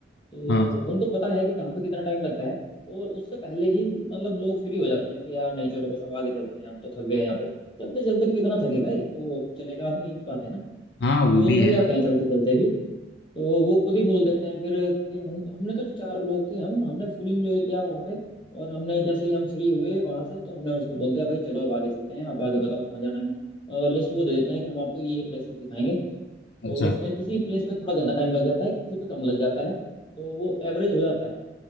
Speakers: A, on the left (about 25°); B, on the left (about 70°).
A: तो
B: हाँ
A: उनको पता है कि कहाँ पे कितना टाइम लगता है और उससे पहले ही मतलब लोग फ्री हो जाते हैं कि यार नहीं चलो बस अब आगे चलते हैं हम तो थक गए यहाँ पे चलते चलते भी कितना थकेगा ये? वो चलेगा आदमी ये भी बात है ना
B: हाँ
A: तो
B: वो
A: वो
B: भी
A: थक
B: है
A: जाते हैं चलते चलते भी तो वो खुद ही बोल देते हैं फिर कि हम हमने तो चार लोग थे हम हमने फुल इंजॉय किया वहाँ पे और हमने जैसे ही हम फ्री हुए वहां से तो हमने उसको बोल दिया भाई चलो अब आगे चलते हैं आप आगे बताओ कहाँ जाना है और लिस्ट वो दे देते हैं कि हम आपको ये ये प्लेसेस दिखाएंगे
B: अच्छा
A: तो उसमें किसी प्लेस पे थोड़ा ज्यादा टाइम लग जाता है किसी पे कम लग जाता है तो वो एवरेज हो जाता है